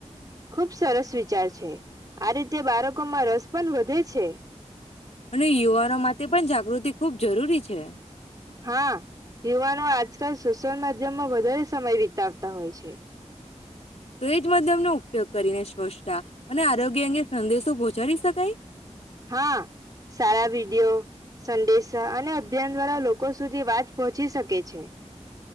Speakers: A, on the right; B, on the left.
A: ખુબ સરસ વિચાર છે. આ રીતે બાળકોમાં રસ પણ વધે છે.
B: અને યુવાનો માટે તે પણ જાગૃતિ ખૂબ જરૂરી છે.
A: હા, યુવાનો આજકાલ સોશિયલ માધ્યમમાં વધારે સમય વિતાવતા હોય છે.
B: તો એજ માધ્યમનો ઉપયોગ કરીને સ્વચ્છતા અને આરોગ્ય અંગે સંદેશો પહોચાડી શકાય?
A: હા, સારા વિડીયો, સંદેશો અને અભિયાન દ્વારા લોકો સુધી વાત પહોંચી શકે છે.